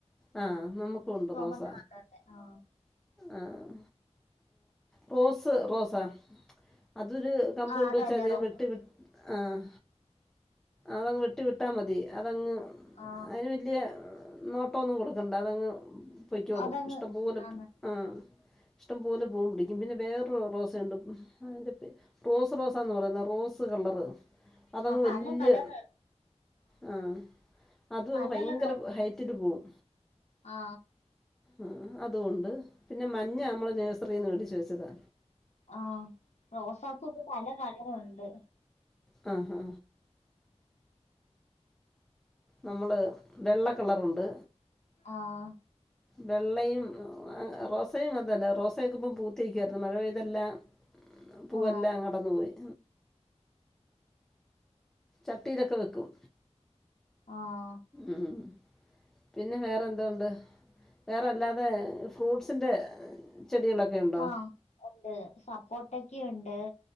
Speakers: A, in the centre; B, on the left.
A: ആ നമുക്കു ഉണ്ട്
B: ചുമന്ന
A: റോസ
B: കളറിന്റെ ആ
A: ആഹ് റോസ് റോസാ അതൊരു കമ്പ്
B: ആ
A: കൊണ്ട്
B: അതന്നെ
A: വച്ചാൽ അധികം
B: റോസ്
A: വെട്ടി ആഹ് അതങ്ങ് വെട്ടി വിട്ടാൽ മതി അതങ്ങ്
B: ആ
A: അതിന് വലിയ നോട്ടമൊന്നും കൊടുക്കണ്ട അതങ്ങ് പൊയ്ക്കോളും
B: അതങ്ങ്
A: ഇഷ്ടം പൊലെ
B: ആന്ന്
A: ആ ഇഷ്ടം പൊലെ പൂവ് പിടിക്കും പിന്നെ വേറൊരു റോസ് ഉണ്ട് അതിൻ്റെ റോസ് റോ <unintelligible> പറയുന്നത് റോസ് കളറ് അതങ്ങ്
B: ആ പല
A: വലിയ
B: കളറ്
A: ആ അതും
B: പലകളർ
A: അങ്ങ് ഭയങ്കര
B: റോസ്
A: ഹൈറ്റിൽ പോവും.
B: ആ
A: ആ അതു ഉണ്ട് പിന്നെ മഞ്ഞ നമ്മള് നേഴ്സറിന്ന് മേടിച്ച് വെച്ചതാ.
B: ആഹ് റോസാപ്പൂ ഇപ്പ പല കളറുണ്ട്.
A: ഹാ ഹാ നമ്മള് വെള്ളക്കളറുണ്ട്.
B: ആഹ്
A: വെള്ളയും റോസയും അതല്ല റോസൊക്കെ ഇപ്പം പൂത്തിയിരുക്കാ യിരുന്നു മഴ പെയ്തെല്ലാം. പൂവെല്ലാം
B: ആ
A: അടർന്നു പോയി. ചട്ടിലൊക്കെ വെക്കും.
B: ആഹ്
A: ഉം പിന്നെ വേറെ എന്തോണ്ട് വേറെല്ലാതെ ഫ്രൂട്ട്സിൻ്റെ ചെടികളൊക്കെ ഉണ്ടോ
B: ആഹ് ഉണ്ട് സപ്പോട്ടൊക്കെ ഉണ്ട്